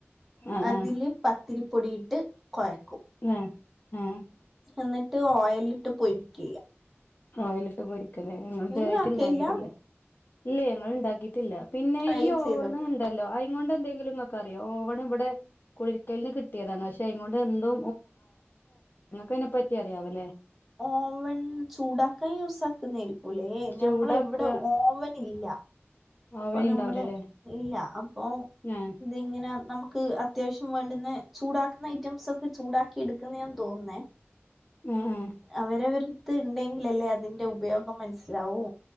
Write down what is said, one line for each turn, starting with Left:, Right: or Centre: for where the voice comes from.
Left: ആഹ്
Centre: അതില്
Left: ആഹ്
Centre: പത്തിരിപ്പൊടിട്ട് കോയ
Left: ആഹ് ആഹ്
Centre: എന്നിട്ട് ഓയിലിട്ട് പൊരികുവ ചെയ്യാ
Left: ഓയിലിട്ട് പൊരിക്കല്ലേ ഞങ്ങൾ ഇതുവരായിട്ട്
Centre: നിങ്ങളാക്കയില്ല
Left: ഇണ്ടാക്കിട്ടില്ല ഇല്ലേ മ്മള് ഉണ്ടാക്കിട്ടില്ല പിന്നെ
Centre: ട്രൈ
Left: ഈ ഓവൺ
Centre: ചെയ്തോക്ക്
Left: ഉണ്ടല്ലോ അതുകൊണ്ട് എന്തെങ്കിലും ക്കറിയോ ഓവൻ ഇവിടെ കൊഴികലിൻ കിട്ടിയതാണ് പക്ഷെ അതുങ്ങോണ്ട് എന്തു അതിനെപ്പറ്റി അറിയാവ ല്ലേ
Centre: ഓവൺ ചൂടാക്കാൻ യൂസ് ആക്കുന്നരിക്കും ല്ലേ
Left: ചൂടാക്ക
Centre: ഞമ്മള് ഇവിടെ ഓവൻ ഇല്ല
Left: ഓവൻ
Centre: അപ്പൊ
Left: ഇണ്ടാവൂലല്ലേ
Centre: നമ്മള് ഇല്ല അപ്പൊ
Left: ആഹ്
Centre: ഇതിങ്ങനെ നമുക്ക് അത്യവശ്യം വേണ്ടുന്ന ചൂടാക്കുന്ന ഐറ്റംസ് ഒക്കെ ചൂടാക്കി എടുക്കുന്നേയാന്ന് തോന്നുന്നേ
Left: ആഹ് ആഹ്
Centre: അവരവരിടത്ത് ഉണ്ടെങ്കിലല്ലേ അതിന്റെ ഉപയോഗം മനസ്സിലാവൂ